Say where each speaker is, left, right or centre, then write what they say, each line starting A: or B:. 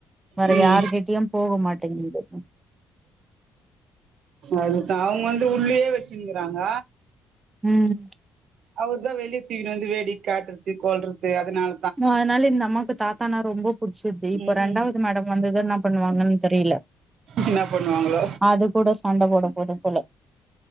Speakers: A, on the right; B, on the right.
A: வேற
B: ம்
A: யாருகிட்டயு போக மாட்டேங்குது
B: அதுதா அவங்க வந்து உள்ளயே வச்சின்னுகிறாங்க
A: ம்
B: அவர் தா வெளிய தூக்கின்னு வந்து வேடிக் காட்டுறது கொல்றது அதனால
A: நோ அதனால இந்த அம்மாக்கு தாத்தானா ரொம்ப புடிச்சிருது இப்ப
B: ம்
A: ரெண்டாவது
B: ம்
A: மேடம் வந்தது என்னா பண்ணுவாங்கன் தெரில
B: என்னா பண்ணுவாங்களோ
A: அது கூட சண்டை போட போது போல